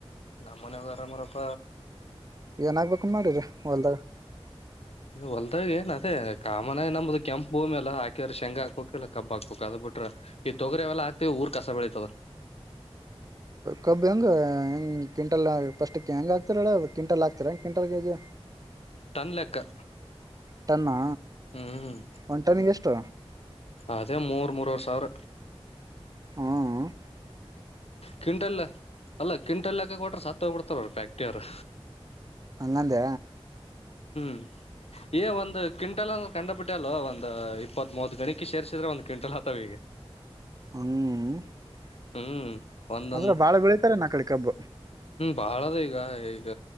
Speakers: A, on the left; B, on the right.
A: ನಮ್ಮ್ ಮನೆಾಗ ಅರಾಮರಪ
B: ಏನಾಗ್ಬೇಕನ್ ಮಾಡಿರಿ ಹೊಲ್ದಾಗ
A: ಹೊಲ್ದಾಗ ಏನ್ ಅದೇ ಕಾಮನಾಗ ನಮದು ಕೆಂಪು ಭೂಮಿ ಎಲ್ಲ ಹಾಕಿದ್ರೆ ಶಂಗ ಹಾಕೋಕಲ್ಲ ಕಬ್ ಹಾಕಬೇಕ ಅದು ಬಿಟ್ರ ಈ ತೊಗರಿವೆಲ್ಲಾ ಹಾಕ್ತಿವಿ ಊರ್ ಕಸ ಬೆಳತದ
B: ಕಬ್ಬಿ ಹಂಗೆ ಹೆಂಗೆ್ವಿಂಟಲ್ ಫಸ್ಟ್ು ಹೆಂಗೆ ಹಾತರಲ್ಲ ಕ್ಂಟಲ್ ಹಾಕ್ತರಾಂ್ವಿಂಟಲ್ ಕೆಜಿ
A: ತಣ್ಣ ಲೇಕಾ
B: ಟನ್ನಾ
A: ಹ್ಮ್
B: ಒಂದ್ ಟನ್ನಿಗೆ ಎಷ್ಟು
A: ಅದೇ ಮೂರು ಮೂರವರೆ ಸಾವಿರ
B: ಹ್ಮ್ ಹ
A: ಕ್ವಿಂಟಲ್ ಅಲ್ಲ ಕ್ವಿಂಟಲ್ ಲೇಕ ಕೊಟ್ರ ಸಾತ್ ಹೋಗಿಬ ಬಿಡ್ತಾರ ಪ್ಯಾಕ್ಟಿಯ ಅವರು
B: ಹಂಗಂದ
A: <inaudible> ಒಂದು ಕ್ವಿಂಟಲ್ ಅಂದ ಕಂಡ್ ಬಿಿಟ್ಟೆ ಅಲ್ವ ಒಂದ ಇಪ್ಪತ್ ಮೂ್ ಗಣಿ ಸೇರ್ರಿಸಿದ್ರೆ ಒಂದ್ ಕ್ವಿಂಟಲ್ ಆತಾವ ಈಗ
B: ಹನು
A: ಹ್ಮ್ ಒಂದೊಂದ್
B: ಅಂದ್ರೆ ಬಾಳ ಬೆಳಿತಾರೆ ನ ಕಡ ಕ ಹಬ್ಬ
A: ಬಾಳದ ಈಗ ಈಗ